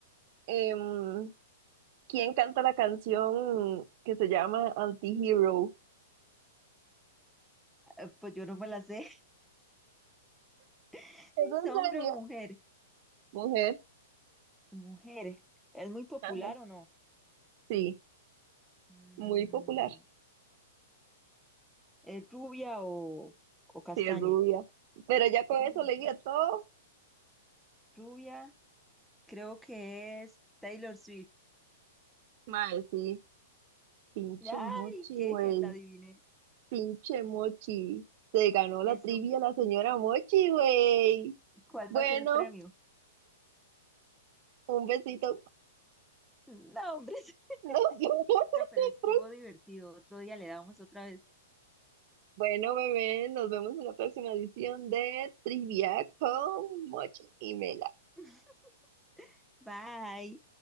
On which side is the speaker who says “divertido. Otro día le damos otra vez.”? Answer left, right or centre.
Centre